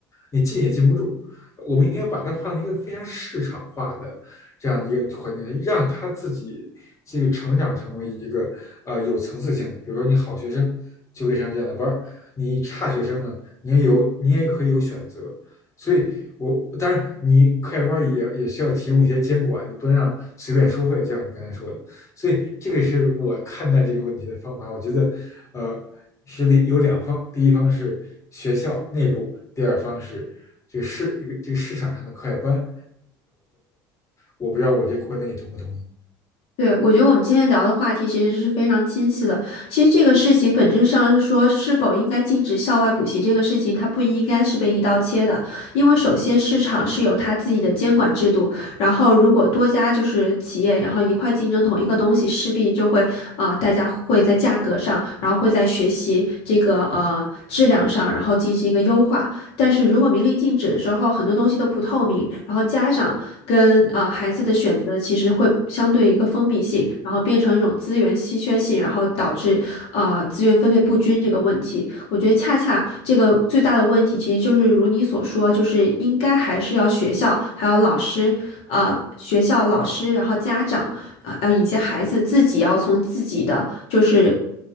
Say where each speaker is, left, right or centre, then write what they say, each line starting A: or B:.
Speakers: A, on the left; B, on the left.
A: 你进也进不住。我们应该把它放在一个非常市场化的这样一个环境，让他自己这个成长成为一个呃有层次性的。比如说，你好学生就可以上这样的班你差学生呢，你也有你也可以有选择。所以我，当然你快班也也需要提供一些监管，你不能让随便收费，就像你刚才说的。所以这个是我看待这个问题的方法。我觉得，呃，是里有两方，第一方是学校内部，第二方是这个市这个这个市场上的课外班。我不知道我这观点你同不同意？
B: 对，我觉得我们今天聊的话题其实是非常清晰的。其实这个事情本质上是说，是否应该禁止校外补习这个事情，它不应该是被一刀切的，因为首先市场是有它自己的监管制度，然后如果多家就是企业，然后一块竞争同一个东西，势必就会啊、呃大家会在价格上，然后会在学习这个呃质量上，然后进行一个优化。但是如果明令禁止之后，很多东西都不透明，然后家长跟呃孩子的选择其实会相对一个封闭性，然后变成一种资源稀缺性，然后导致呃资源分配不均这个问题。我觉得恰恰这个最大的问题，其实就是如你所说，就是应该还是要学校还有老师，呃。学校老师，然后家长，呃呃，以及孩子自己要从自己的就是，